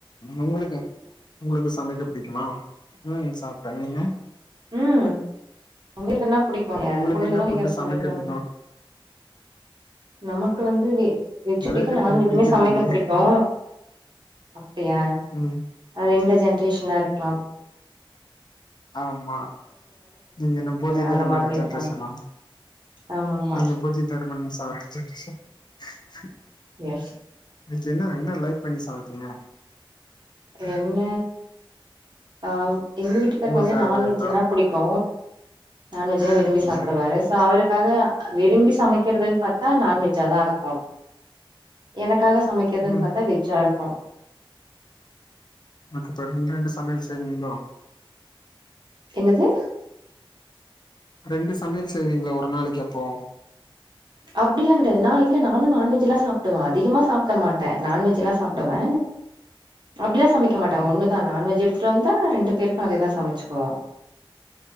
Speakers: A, on the left; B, on the right.
A: உங்களுக்கு உங்களுக்கு சமைக்க பிடிக்குமா ம் சாப்ட்ட நீங்க
B: ம் சமைக்கறதுனா பிடிக்கு ஏ
A: உங்களுக்கு
B: எந்த பொண்ணுக்குதா
A: என்ன ஃபுட்டு
B: புடிக்காது
A: சமைக்கிறதுங்கோ
B: சமைக்கறதுனா நமக்கு வந்து வெ வெஜ்ஜு
A: நெறைய
B: புடிக்கு
A: பேருக்கு
B: நான்
A: இப்ப
B: வெஜ்ஜுமே
A: பிடிக்கிறது
B: சமைக்க
A: இல்லையே
B: புடிக்கு அப்டியா
A: ம்
B: அது இந்த ஜென்ரேஷனா இருக்கலா
A: ஆமா நீங்க என்ன போதி தர்மன்
B: அந்த மாதிரி
A: ஜென்ரேஷனா
B: இருப்பாங்க ஆமா ஆமா
A: நீங்க போதி தர்மன் <unintelligible>
B: எஸ்
A: இன்னைக்கு என்ன என்ன லைக் பண்ணி சமப்பீங்க
B: என்ன அ எங்க வீட்டுக்காரருக்கு
A: உங்க
B: வந்து
A: ஃபேவரட்டா
B: நான் வெஜ்ஜுனா புடிக்கு நான் வெஜ்ஜுனா விரும்பி சாப்பிடுவாரு
A: ம்
B: சோ அவரு காக விரும்பி சமைக்கிறதுன் பாத்தா நான் வெஜ்ஜாதா இருக்கு எனக்காக சமைக்கிறதுன்
A: ம்
B: பாத்தா வெஜ்ஜா இருக்கு
A: மத்த <unintelligible> ரெண்டு சமயல் செய்வீங்ளோ
B: என்னது
A: ரெண்டு சமையல் செய்வீங்ளோ ஒரு நாளைக்கு அப்போ
B: அப்டியெல்லாங் கெடையாது நா இல்ல நானு நான்வெஜ்ஜெல்லா சாப்பிடுவே அதிகமா சாப்பிட மாட்டே நான் வெஜ் எல்லா சாப்பிடுவே அப்டியெல்லா சமக்க மாட்டே
A: ம்
B: ஒண்ணுதா நான் வெஜ் எடுத்துட்டு வந்தா ரெண்டு பேருக்கு அதேதா சமச்சுக்குவோ